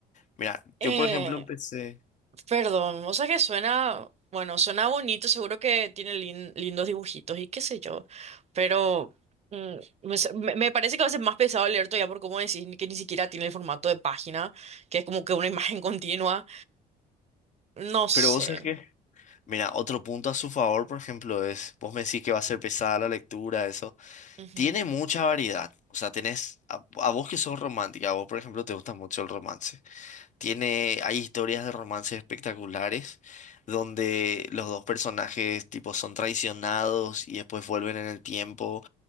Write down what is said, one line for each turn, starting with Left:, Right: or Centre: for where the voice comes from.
Left: Mira,
Right: Eh,
Left: yo por ejemplo empecé.
Right: Perdón, o sea que suena, bueno, suena bonito, seguro que tiene lin- lindos dibujitos y qué sé yo, pero mm, me, s- me- me parece que va a ser más pesado leer todavía por cómo decís que ni siquiera tiene el formato de página, que es como que una <laughs> imagen continua, no sé.
Left: Pero vos sabés que. Mira, otro punto a su favor, por ejemplo, es. Vos me decís que va a ser pesada la lectura, eso.
Right: Ujú.
Left: Tiene mucha variedad. O sea, tenés. A, a vos que sos romántica, a vos por ejemplo te gusta mucho el romance. Tiene, hay historias de romances espectaculares donde los dos personajes tipo son traicionados y después vuelven en el tiempo